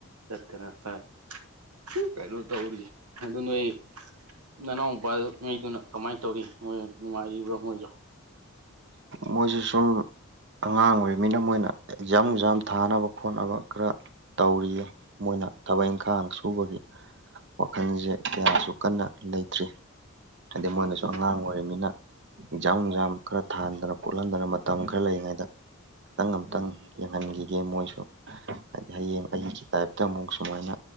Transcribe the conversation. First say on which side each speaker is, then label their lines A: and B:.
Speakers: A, on the right (about 85°); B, on the right (about 50°).
A: ꯆꯠꯇꯅ ꯈꯔꯥ ꯀꯩꯅꯣ ꯇꯧꯔꯤ ꯑꯗꯨ ꯅꫭꯏ ꯅꯅꯥꯎ ꯅꯨꯄꯥ ꯉꯩꯗꯨꯅ ꯀꯃꯥꯏ ꯇꯧꯔꯤ ꯃꯣꯏ ꯅꯨꯡꯉꯥꯏꯔꯤꯕ꯭ꯔꯥ ꯃꯣꯏꯁꯨ
B: ꯃꯣꯏꯁꯨ ꯁꯨꯝ ꯑꯉꯥꯡ ꯑꯣꯏꯔꯤꯃꯤꯅ ꯃꯣꯏꯅ ꯑꯦꯛꯖꯥꯝ ꯅꯨꯡꯖꯥꯝ ꯊꯥꯅꯕ ꯈꯣꯠꯅꯕ ꯈꯔꯥ ꯇꯧꯔꯤꯌꯦ ꯃꯣꯏꯅ ꯊꯕꯛ ꯏꯪꯈꯥꯡ ꯁꯨꯕꯒꯤ ꯋꯥꯈꯜꯁꯦ ꯀꯌꯥꯁꯨ ꯀꯟꯅ ꯂꯩꯇ꯭ꯔꯤ ꯍꯥꯏꯗꯤ
A: ꯎꯝ
B: ꯃꯣꯏꯅꯁꯨ ꯑꯉꯥꯡ ꯑꯣꯏꯔꯤꯅꯤꯅ ꯑꯦꯛꯖꯥꯝ ꯅꯨꯡꯖꯥꯝ ꯈꯔꯥ ꯊꯥꯍꯟꯗꯅ ꯈꫭꯠꯍꯟꯗꯅ ꯃꯇꯝ ꯈꯔꯥ ꯂꯩꯔꯤꯉꯩꯗ ꯈꯤꯇꯪ ꯑꯃꯇꯪ
A: ꯎꯝ
B: ꯌ‌ꯦꯡ ꯊꯍꯟꯈꯤꯒꯦ ꯃꯣꯏꯁꯨ
A: ꯎꯝ
B: ꯍꯌꯦꯡ ꯑꯩꯒꯤ ꯇꯥꯏꯞꯇ ꯑꯃꯨꯛ ꯁꯨꯃꯥꯏꯅ